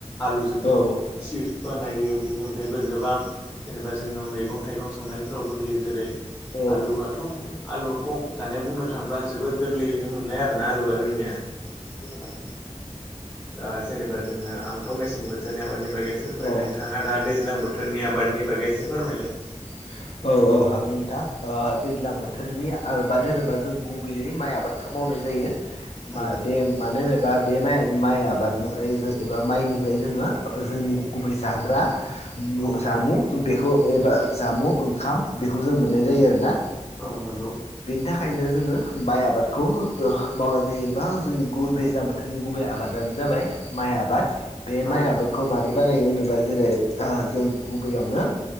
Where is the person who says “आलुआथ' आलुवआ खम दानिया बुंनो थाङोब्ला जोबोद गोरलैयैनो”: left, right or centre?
Left